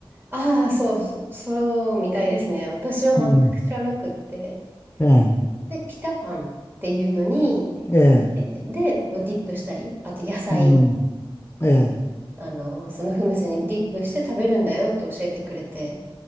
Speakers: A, on the right; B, on the left.
A: ああ、そう、そそうみたいですね。私は全く知らなくって。
B: うん。ええ、
A: で、ピタパンっていうのに、
B: ええ、
A: えーで、ディップしたり、あと野菜を。
B: うん、ええ、
A: あの、そのフムスにディップして食べるんだよって教えてくれて、